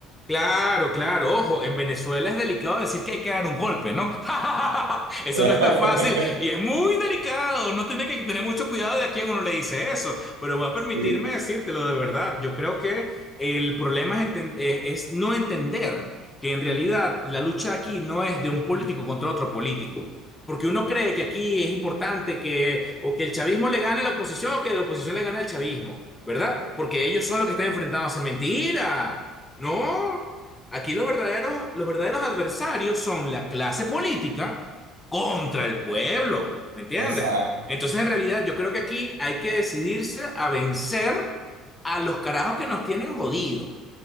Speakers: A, on the left; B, on the right.
A: Claro, claro, ojo, en Venezuela es delicado decir que hay que dar un golpe, ¿no? <laughs> Eso
B: <laughs>
A: no está fácil y es muy delicado, no tiene que tener mucho cuidado de a quién uno le dice eso, pero voy a permitirme
B: Sí.
A: decírtelo de verdad, yo creo que el problema es, enten- eh, es no entender que en realidad la lucha aquí no es de un político contra otro político. Porque uno cree que aquí es importante que o que el chavismo le gane a la oposición o que la oposición le gane al chavismo, ¿verdad? Porque ellos son los que están enfrentándose. Mentira. No, aquí los verdaderos, los verdaderos adversarios son la clase política contra el pueblo, ¿me entiendes?
B: Exacto.
A: Entonces, en realidad, yo creo que aquí hay que decidirse a vencer a los carajos que nos tienen jodidos,